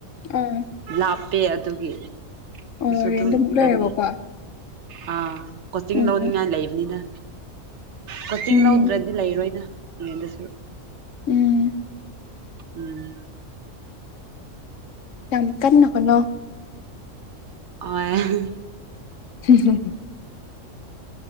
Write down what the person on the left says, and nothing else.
ꯑꯥ
ꯑꯣ
ꯔꯦꯟꯗ ꯑꯃꯨꯛ ꯂꯩꯔꯦꯕꯀꯣ
ꯎꯝ
ꯎꯝ
ꯎꯝ
ꯅꯝ ꯀꯥꯟ ꯅꯍꯅꯣ
ꯍꯝ ꯍ